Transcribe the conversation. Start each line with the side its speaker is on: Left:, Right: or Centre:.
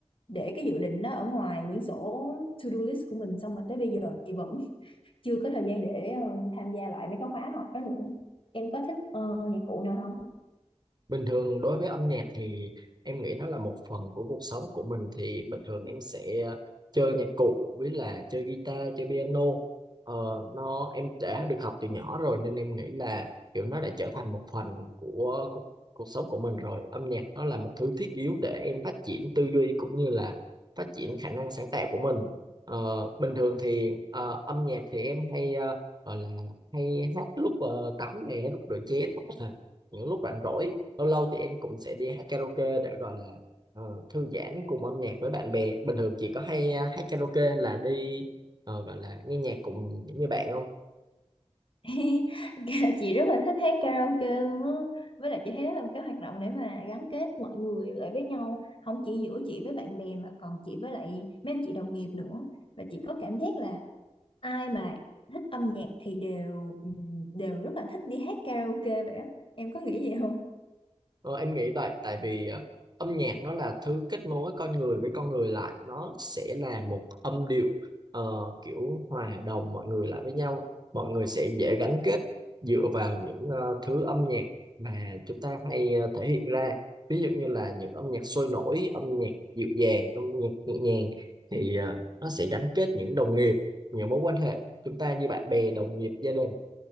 Left: để cái dự định đó ở ngoài quyển sổ to-do list của mình xong rồi tới bây giờ chị vẫn <laughs> chưa có thời gian để ờ, tham gia lại mấy cái khóa học đó nữa. Em có thích ờ, nhạc cụ nào không?
Right: Bình thường đối với âm nhạc thì em nghĩ nó là một phần của cuộc sống của mình thì bình thường em sẽ chơi nhạc cụ với là chơi guitar, chơi piano. Ờ, nó em đã được học từ nhỏ rồi nên em nghĩ là kiểu nó đã trở thành một phần của cuộc, cuộc sống của mình rồi. Âm nhạc nó là một thứ thiết yếu để em phát triển tư duy cũng như là phát triển khả năng sáng tạo của mình. Ờ, bình thường thì ờ, âm nhạc thì em hay ờ, gọi là hay hát lúc ờ, tắm nè, lúc rửa chén những lúc rảnh rỗi lâu lâu thì em cũng sẽ đi hát karaoke để gọi là ờ, thư giãn cùng âm nhạc với bạn bè bình thường chị có hay ờ, hát karaoke là đi ờ, gọi là nghe nhạc cùng những người bạn không
Left: <laughs> chị rất là thích hát karaoke luôn á với lại chị thấy đó là một cái hoạt động để mà gắn kết mọi người lại với nhau không chỉ giữa chị với bạn bè mà còn chị với lại mấy anh chị đồng nghiệp nữa và chị có cảm giác là ai mà thích âm nhạc thì đều ừm, đều rất là thích đi hát karaoke vậy á em có nghĩ vậy không
Right: Ờ, em nghĩ vậy tại vì ờ, âm nhạc nó là thứ kết nối con người với con người lại nó sẽ là một âm điệu ờ, kiểu hòa đồng mọi người lại với nhau mọi người sẽ dễ gắn kết dựa vào những ờ, thứ âm nhạc mà chúng ta hay ờ, thể hiện ra ví dụ như là những âm nhạc sôi nổi âm nhạc dịu dàng âm nhạc nhẹ nhàng thì ờ, nó sẽ gắn kết những đồng nghiệp những mối quan hệ chúng ta như bạn bè đồng nghiệp gia đình